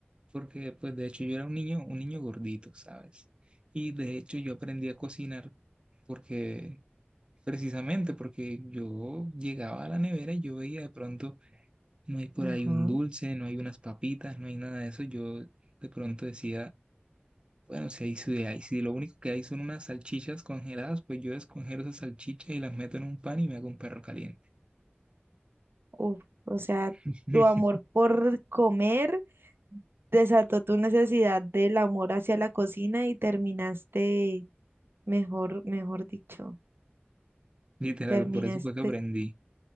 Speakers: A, on the right; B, on the right.
A: porque pues de hecho yo era un niño, un niño gordito, ¿sabes? Y de hecho yo aprendí a cocinar porque Precisamente porque yo llegaba a la nevera y yo veía de pronto, no hay por
B: Ajá.
A: ahí un dulce, no hay unas papitas, no hay nada de eso. Yo de pronto decía, bueno, si, hay, si, hay- si lo único que hay son unas salchichas congeladas, pues yo descongelo esas salchichas y las meto en un pan y me hago un perro caliente.
B: Uf, o sea,
A: <laughs>
B: tu amor por comer desató tu necesidad del amor hacia la cocina y terminaste, mejor, mejor dicho,
A: Literal,
B: terminaste,
A: por eso fue que aprendí.